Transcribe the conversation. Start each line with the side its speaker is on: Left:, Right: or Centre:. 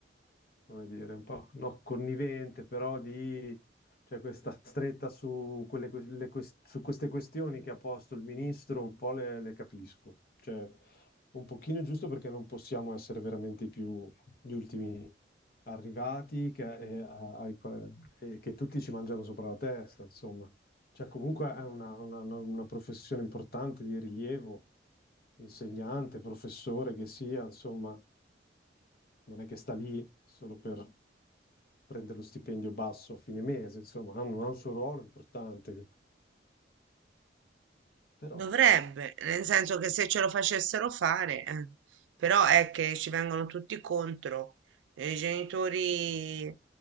Left: come dire, un po' no, connivente, però di cioè questa stretta su, quelle, que- le quest- su queste questioni che ha posto il ministro, un po' le, le capisco. Cioè, un pochino è giusto perché non possiamo essere veramente più gli ultimi arrivati che, eh, ai- eh, che tutti ci mangiano sopra la testa, insomma. Cioè, comunque è una una- una- una professione importante di rilievo insegnante, professore che sia, insomma, non è che sta lì solo per prendere lo stipendio basso a fine mese, insomma, hanno, ha un suo ruolo importante, però
Right: Dovrebbe, nel senso che se ce lo facessero fare, eh. Però è che ci vengono tutti contro, eh, i genitori